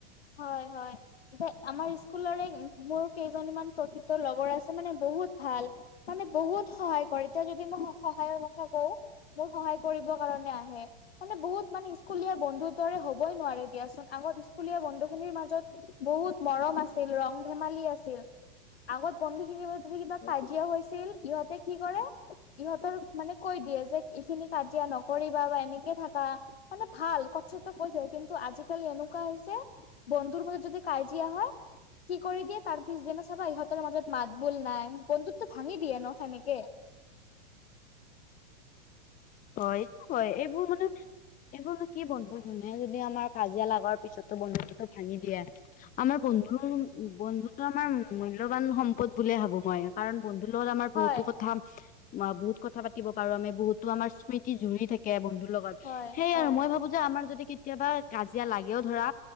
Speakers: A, on the left; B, on the left.
A: হয়, হয়। এতিয়া আমাৰ স্কুলৰে মোৰ কেইজনীমান প্ৰকৃত লগৰ আছে মানে বহুত ভাল। মানে বহুত সহায় কৰে এতিয়া যদি মই সহায়ৰ কথা কওঁ। মোৰ সহায় কৰিবৰ কাৰণে আহে। মানে বহুত মানে স্কুলীয়া বন্ধু দৰে হ'বই নোৱাৰে দিয়াচোন আগত স্কুলীয়া বন্ধু। মাজত বহুত মৰম আছিল ৰং ধেমালি আছিল আগত বন্ধুখিনিৰ। তমি কিবা
B: হয়
A: কাজিয়া হৈছিল ইহঁতে কি কৰে ইহঁতৰ। মানে কৈ দিয়ে যে এইখিনি কাজিয়া নকৰিবা বা এনেকে থাকা মানে। ভাল কথাচ কৈ যায় কিন্তু আজিকালি এনেকুৱা হৈছে বন্ধুৰ মাজত যদি কাজিয়া হয়। কি কৰি দিয়ে তাৰ পিছদিনা চাবা ইহঁতৰ মাজত মাত বোল নাই বন্ধুতটো ভাঙি দিয়ে ন সেনেকে।
B: হয় এইটো হয় এইবোৰ মানে এইবোৰো কি বন্ধু জোনে যদি আমাৰ কাজিয়া লগাৰ পিছতো বন্ধুটো ভাঙি দিয়ে। আমাৰ বন্ধুৰ বন্ধুতো আমাৰ মূল্যৱান সম্পদ বুলিয়ে ভাবো মই। কাৰণ বন্ধুৰ লগত আমাৰ
A: হয়
B: বহুতো কথা বহুত কথা পাতিব পাৰো আমি বহুতো আমাৰ। স্মৃতি জুৰি থাকে বন্ধুৰ লগত
A: হয়
B: সেইয়য়া
A: হয়
B: আৰু মই ভাবো। আমাৰ যদি কেতিয়াবা কাজিয়া লাগেও ধৰা